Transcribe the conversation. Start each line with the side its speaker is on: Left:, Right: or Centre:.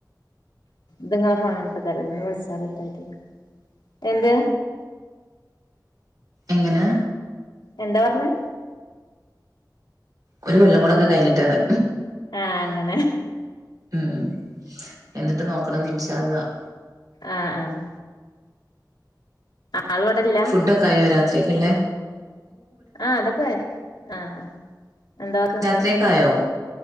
Left: ത് ങ്ങളെ ഫോണാണിപ്പതെരാ ത് ന്ന് വിളിച്ചാകിട്ടായ്റ്റ് എന്ത്
Right: എങ്ങനെ
Left: എന്താ പറഞ്ഞെ
Right: ഒര് കൊല്ലം കൂടൊക്കെ കഴിഞ്ട്ട് ന്
Left: ആഹ് അങ്ങനെ
Right: ഉം എന്നിട്ട് നോക്കണം ഇന്ശാള്ളാഹ്
Left: ആഹ് ആഹ് ആള് ഇവടില്ല
Right: ഫുഡ ഒക്കെ ആയോ രാത്രിയക്ക് ല്ലേ
Left: ആഹ അതൊക്കെ ആയി ആഹ എന്താക്കാ
Right: രാത്രിയൊക്കെ ആയോ